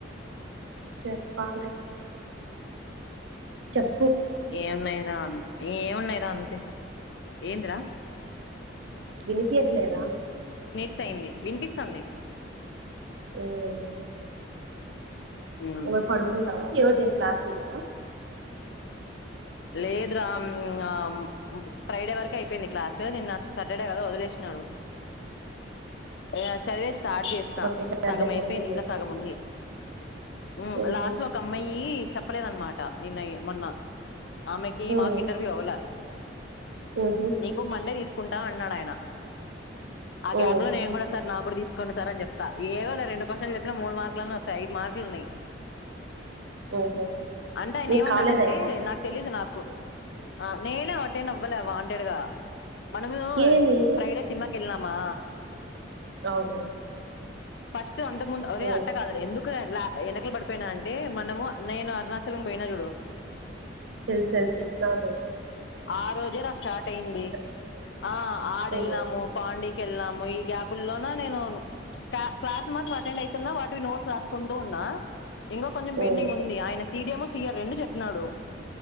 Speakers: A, on the right (about 75°); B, on the left (about 65°).
A: చెప్పాల్ రా చెప్
B: ఏమైనా అంత్ ఏమున్నాయి రా అంతే ఏందిరా
A: వినిపియ్యట్లేదా
B: మిస్ అయింది విన్పిస్తాంది
A: ఉమ్మ్
B: ఉమ్
A: నువ్ పడుకుంటావా ఈ రోజేం క్లాస్ ఉండదా
B: లేద్ర అ మ్ ఫ్రైడే వరకు అయిపోయింది క్లాసు నిన్న సాటర్డే వర వదిలేస్నాడు ఎ అద్ చదెస్ స్టార్ట్ జేస్తా
A: ఓకే సాటర్డే
B: సగమైపోయింది.
A: సండే
B: ఇంకా
A: లేదు
B: సగముంది. ఉమ్
A: మ్మ్
B: లాస్ట్
A: హు
B: లో ఒక అమ్మాయి చెప్పలేదన్న్మాట నిన్నయి మొన్న ఆమెకి
A: ఉమ్
B: మాక్ ఇంటర్వ్యూ అవ్వలే
A: ఉహు
B: నీకు మండే తీస్కుంటా అన్నాడఆయన ఆ గ్యాప్
A: ఉమ్
B: లో నేన్ గూడా సర నాగూడ తీస్కోండి సార్ అన్ జేప్తా. ఏవో ఒక రెండు క్యూస్షన్లు జెప్పినా మూడు మార్కులన్నా వస్తయ్. ఐదు మార్కులున్నాయ్.
A: ఉహు
B: అంటే ఆయ్న
A: నీకు
B: ఏమన్నాడుంటే
A: కాలేదా ఇంగా
B: నాక్ నాకు అ నేనే అటేన్డ్ అవ్వలే వాంటెడ్గా మనము
A: ఏమి
B: ఫ్రైడే సినిమాకి వెళ్ళినామా.
A: అవులే
B: ఫస్ట్ అంతక్ ముంద్ ఒరే
A: ఉమ్
B: అట్టాకాదురే ఎందుక్ ఒకవెలా ఎనకల్ పడిపోయినా అంటే మనము నేను అరుణాచలం పోయిన జుడు
A: తెల్స్ తెల్స్ ఎట్లవుందొ
B: ఆ రోజే రా స్టార్ట్ అయింది
A: సరిపోతది.
B: ఆ ఆడేళ్ళాము
A: ఉమ్
B: పాండి కెళ్ళాము ఈ గ్యాపుల్లోన నేను క్ల క్లాస్ మాత్రం అటెండ్ ఐతున్నా వాటి నోట్స్ రాస్కుంటూ ఉన్నా అ ఇంగో కొంచం పెండింగ్
A: ఉమ్
B: ఉంది. ఆయన సడిఎం సియర్ రెండు చెప్పినాడు.